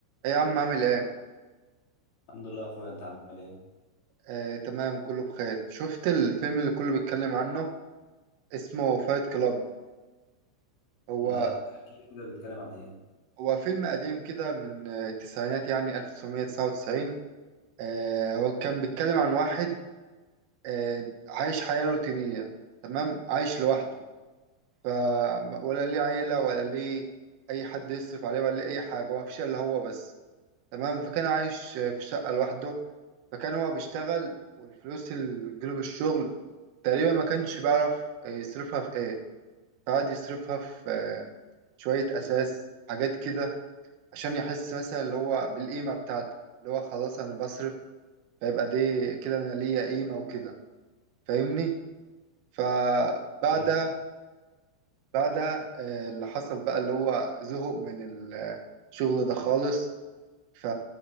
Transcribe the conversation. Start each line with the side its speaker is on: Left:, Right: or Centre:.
Right: ايه يا عم عامل ايه؟
Left: الحمد لله يا اخويا انت عامل ايه
Right: آه، تمام كله بخير شفت الفيلم اللي كله بيتكلم عنه اسمه فايت كلاب هو
Left: لا احكي لي كده بيتكلم عن ايه
Right: هو فيلم قديم كده من آه، التسعينات يعني 1999 آه، هو كان بيتكلم عن واحد آه، عايش حياة روتينية تمام عايش لوحده ف ولا ليه عيلة ولا ليه أي حد يصرف عليه ولا ليه أي حاجة هو مفيش إلا هو بس تمام فكان عايش في شقة لوحده فكان هو بيشتغل والفلوس اللي بتجيله بالشغل تقريبا ما كانش بيعرف يصرفها في ايه فقعد يصرفها في آه، شوية أساس حاجات كده عشان يحس مثلا اللي هو بالقيمة بتاعته اللي هو خلاص أنا بصرف فيبقى دي كده أنا ليا قيمة وكده فاهمني فبعدها
Left: مم.
Right: بعدها آه، اللي حصل بقى اللي هو زهق من الشغل ده خالص ف